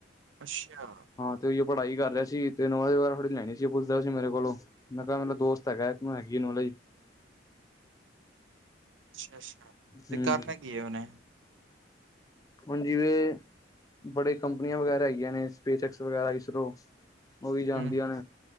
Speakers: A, on the right; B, on the left.
A: ਅੱਸ਼ਾ,
B: ਹਾਂ, ਤੇ ਉਹੀ ਪੜ੍ਹਾਈ ਕਰ ਰਿਹਾ ਸੀ ਤੇ ਨੋਲੇਜ ਥੋੜੀ ਲੈਣੀ ਸੀ ਉਹ ਪੁੱਛਦਾ ਸੀ ਮਰੇ ਕੋਲੋਂ। ਮੈਂ ਕਿਹਾ ਮੇਰਾ ਦੋਸਤ ਹੈਗਾ ਇੱਕ ਓਨੂੰ ਹੈਗੀ ਨੋਲੇਜ।
A: ਅੱਛਾ ਅੱਛਾ, ਤੇ
B: ਹਮ
A: ਕਰਨਾ ਕੀ ਐ ਉਹਨੇ।
B: ਹੁਣ ਜਿਵੇਂ ਬੜੇ ਕੰਪਨੀਆਂ ਵਗੈਰਾ ਹੈਗੀਆਂ ਨੇ ਸਪੇਸ ਐਕਸ ਵਗੈਰਾ ਇਸਰੋ। ਉਹ ਵੀ
A: ਹਮ
B: ਜਾਂਦੀਆਂ ਨੇ।